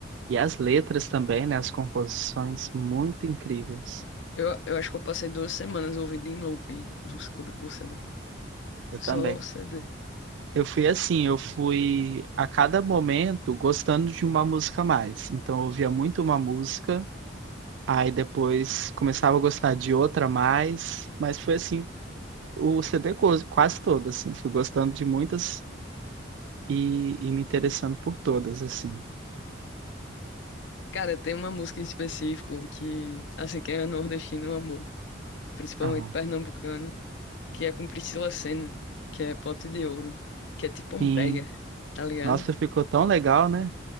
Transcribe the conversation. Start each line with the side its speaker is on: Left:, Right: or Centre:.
Right: E as letras também, né? As composições muito incríveis.
Left: Eu, eu acho que eu passei duas semanas ouvindo em looping o, o, o CD.
Right: Eu
Left: Só
Right: também.
Left: o CD.
Right: Eu fui assim, eu fui a cada momento gostando de uma música a mais. Então eu ouvia muito uma música, aí depois começava a gostar de outra a mais, mas foi assim, o CD co- quase todo, assim, fui gostando de muitas e, e me interessando por todas, assim.
Left: Cara, tem uma música em específico que, assim, quem é nordestino amor, principalmente
Right: Aham.
Left: pernambucano, que é com Priscila Senna, que é Pote de Ouro, que é tipo um
Right: Sim.
Left: brega, tá ligado?
Right: Nossa, ficou tão legal, né?